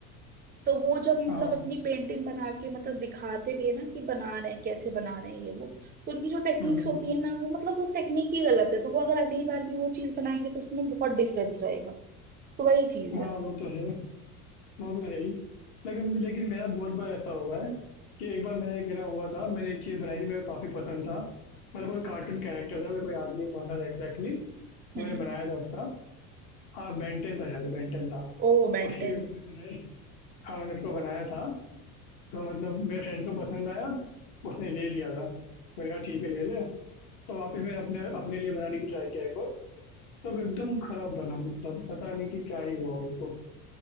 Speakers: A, on the right; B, on the left.
A: तो वो जब मतलब
B: हाँ।
A: अपनी पेंटिंग बना के मतलब दिखाते भी है ना कि बना रहे हैं कैसे बना रहे हैं ये वो तो उनकी जो टेक्निक्स
B: हुँ, हुँ।
A: होती है ना वो मतलब वो टेक्निक ही गलत है तो वो अगर अगली बार भी वो चीज बनाएंगे तो उसमें बहुत डिफरेंस रहेगा तो वही चीज
B: हाँ,
A: है
B: वो तो है, वो तो है ही। लेकिन लेकिन मेरा बहुत बार ऐसा हुआ है कि एक बार मैं मेरा हुआ था, मैंने एक चीज़ बनाई थी, मेरे को काफ़ी पसंद था। मतलब कोई कार्टून कैरेक्टर था, मेरे को याद नहीं कौन-सा था एग्ज़ैक्टली, तो
A: हम्म
B: मैंने बनाया था उसका। हाँ, बेन 10 था शायद, बेन 10 था।
A: ओ बेंटन
B: उसकी भी मैंने बनाई हाँ, मैंने उसको बनाया था तो मतलब मेरे फ्रेंड को पसंद आया उसने ले लिया था मैंने कहा ठीक है ले ले तो वापस मैंने अपने अपने लिए बनाने की ट्राई किया एक और तब एकदम खराब बना मतलब पता नहीं कि क्या ही हुआ उसको